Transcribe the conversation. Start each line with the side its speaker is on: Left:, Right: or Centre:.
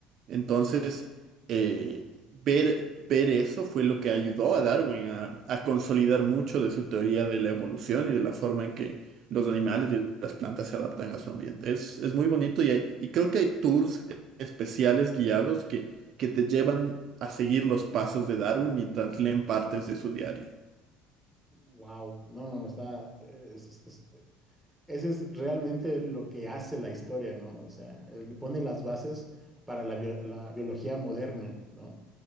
Right: Entonces, eh, ver, ver eso fue lo que ayudó a Darwin a, a consolidar mucho de su teoría de la evolución y de la forma en que los animales y las plantas se adaptan a su ambiente. Es, es muy bonito y, hay- y creo que hay tours especiales guiados que que te llevan a seguir los pasos de Darwin mientras leen partes de su diario.
Centre: Wow, no, no, no, está, eh, es- es- es- ese es realmente lo que hace la historia, ¿no? O sea, él pone las bases para la, bio- la biología moderna, ¿no?